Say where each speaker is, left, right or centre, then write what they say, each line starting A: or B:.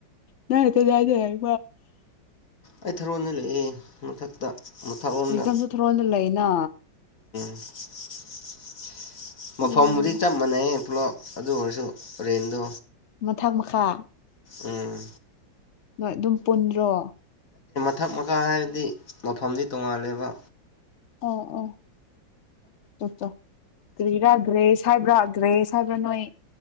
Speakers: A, on the left; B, on the left.
A: ꯅꯇ ꯌꯥꯗ ꯍꯥꯏ
B: ꯑꯩ ꯊꯔꯣꯟꯅ ꯂꯩ ꯃꯊꯛꯇ ꯃꯊꯛꯂꯣꯝꯗ
A: ꯋꯤꯖꯝꯁꯨ ꯊꯣꯔꯅ ꯂꯩꯅ
B: <unintelligible> ꯃꯐꯝꯐꯝ
A: ꯎꯝ
B: ꯃꯔꯤ ꯆꯞ ꯃꯅꯦ ꯍꯜꯂꯣ ꯑꯗꯨ ꯑꯣꯏꯔꯁꯨ ꯔꯦꯟꯗꯣ
A: ꯊꯪ ꯃꯈꯥ
B: ꯎꯝ
A: ꯅꯣꯏ ꯑꯗꯨꯝ ꯄꯨꯟꯗ꯭ꯔꯣ
B: ꯊꯛ ꯃꯈꯥ ꯍꯥꯏꯕꯗꯤ ꯃꯐꯝꯗꯤ ꯇꯣꯡꯉꯥꯜꯂꯦꯕ
A: ꯑꯣ ꯑꯣ ꯑꯣ ꯀ꯭ꯔꯤꯔꯥꯒ꯭ꯔꯦꯁ ꯍꯥꯏꯕ꯭ꯔꯥꯒ꯭ꯔꯦꯁ ꯍꯥꯏꯕ ꯅꯣꯏ